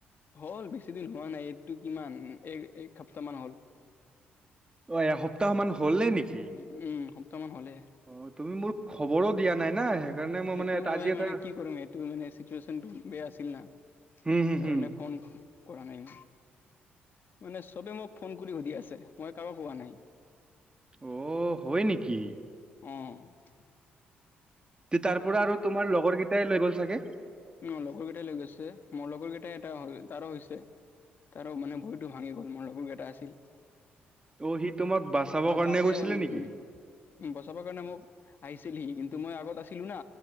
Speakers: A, on the left; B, on the right.
A: হ'ল বেছি দিন হোৱা নাই। এইটো কিমান এক এক সপ্তাহ মান হ'ল।
B: অ' এসপ্তাহ মান হ'ল নে নেকি।
A: উম, উম, এসপ্তাহমান হ'লে।
B: অ' তুমি মোৰক খবৰো দিয়া নাই না। সেইকাৰণে
A: সেইটো
B: মানে এটা
A: মই
B: আজি এটা
A: মানে কি কৰিম। সেইটো মানে চিটুৱেশচনটো বেয়া আছিল না।
B: হম হম
A: সেইকাৰণে
B: হম
A: ফোন কৰা নাই মানে চবে মোক। ফোন কৰি সুধি আছে মই কাকো কোৱা পোৱা নাই।
B: অ' হয় নেকি।
A: অহ'
B: তাৰ পৰা আৰু তোমাৰ লগৰ কেইটাই লৈ গ'ল চাগে।
A: উম, লগৰ কেইটাই লৈ গৈছে। মোৰ লগৰ কেইটাই এটা তাৰো হৈছে। তাৰো মানে ভৰিতটো ভাঙি গ'ল মোৰ লগৰ কেইটা আছিল।
B: অ সি তোমাক বাচাব কাৰণে
A: তাতে,
B: গৈছিলে নেকি
A: উম। বচাব কাৰণে মোক আহিছিলেহি, কিন্তু মই আগত আছিলো না